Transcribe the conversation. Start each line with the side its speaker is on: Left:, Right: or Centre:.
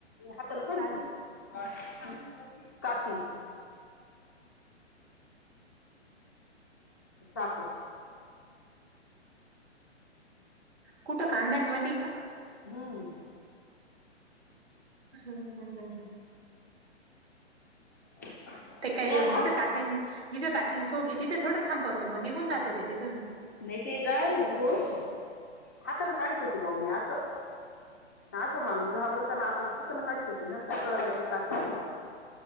Left: हातानी काड
Right: चालेल
Left: की. काय ती? सापची
Right: कुठं कांद्यांमध्ये हाय का?
Left: हम्म.
Right: हम्म, हम्म, हम्म, हम्म.
Left: <inaudible>
Right: ते काही
Left: मी आता
Right: जिथं
Left: हात
Right: कातीन जिथे कातीन सोडली तिथे थोडं थांबवतो मग निघून जाते ते तिथून.
Left: नाही ते जायला निघुन, ‌ हाताने काढत होते बुवा मी असं असा माणूस घाबरत नां. असं हातानं काढत होती नंतर कळालं ते कात